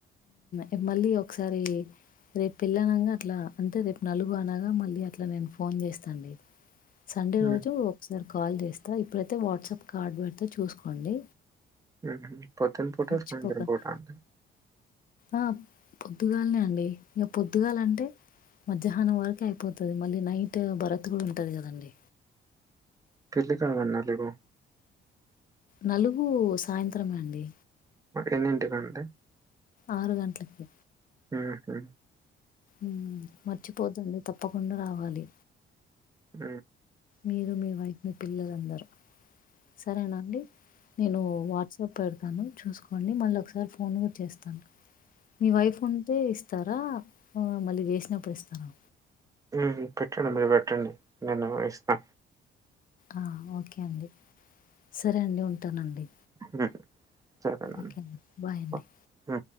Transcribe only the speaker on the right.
ఉమ్,
ఉహు పొద్దున పూట
సాయంత్రం పూట అండి
పెళ్లి కార్డ్ <unintelligible>
ఎన్నింటికంటే
ఉహు
ఉ
ఉ పెట్టండి మీరు వెట్టండి నేను నంబర్ ఇస్తా
ఉమ్, సరేనండి
ఓకే. ఉమ్.